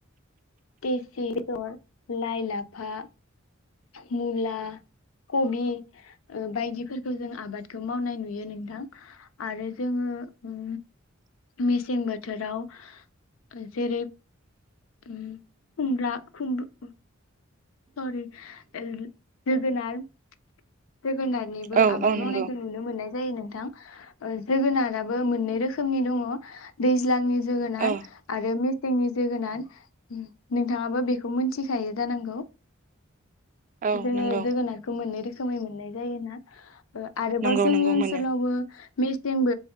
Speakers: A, on the left; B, on the right.
A: बेसि जर लाइ लाफा मुला कबि बायदिफोरखौ जों आबादखौ मावनाय नुयो नोंथां आरो जोङो ओ मेसें बोथोराव जेरै ओ खुमब्रा खुमब- सरि ओ जोगोनाथ जोगोनारनिबो
B: औ
A: आबाद
B: औ
A: मावनायखौ
B: नंगौ
A: नुनो मोननाय जायो नो थां जोगोनाराबो मोननै रोखोमनि दङ दैज्लांनि जो जोगोनार
B: औ
A: आरो मेसेंनि जोगोनार नोंथाङाबो बेखौ मोनथिखायो जानांगौ
B: औ
A: जोङो
B: नंगौ
A: जोगोनारखौ मोननै रोख खोमै मोननाय जायोना ओ आरोबाव
B: नंगौ
A: जोंनि
B: नंगौ
A: ओनसोलावबो
B: मोनो
A: मेसें बो